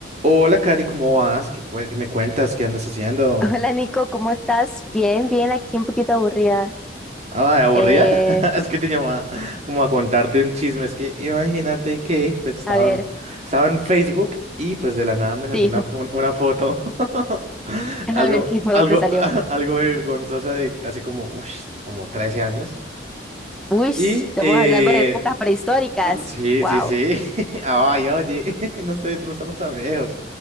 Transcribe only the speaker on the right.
Hola, Cari, ¿cómo vas? ¿Qué, cuen- qué me cuentas? ¿Qué andas haciendo?
Ah, ¿aburrida?
<laughs> Es que te llamaba como a contarte un chisme. Es que imagínate que pues, estaba,
en, estaba en Facebook y pues de la nada me salió
una, fo- una foto. <laughs>
Algo,
algo,
<laughs> algo vergonzosa de hace como, ush, como 13 años.
Y eh,
sí,
sí, sí. <laughs> Ay, oye, <laughs> no, estoy- no estamos tan viejos.